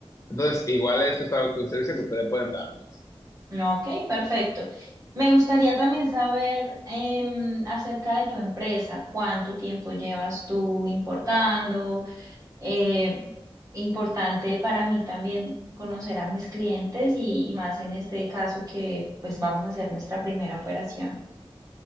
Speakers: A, on the left; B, on the right.
A: Entonces, igual esto es algo que un servicio que ustedes pueden darnos.
B: Ok, perfecto. Me gustaría también saber em, acerca de tu empresa, cuánto tiempo llevas tú importando. Eh, importante para mí también conocer a mis clientes y, y más en este caso que pues vamos a hacer nuestra primera operación.